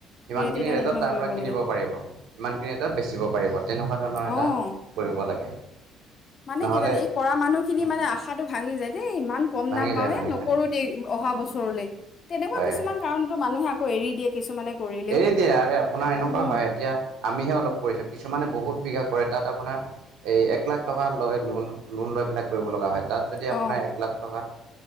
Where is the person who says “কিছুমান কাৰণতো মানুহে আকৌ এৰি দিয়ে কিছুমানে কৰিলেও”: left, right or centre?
Left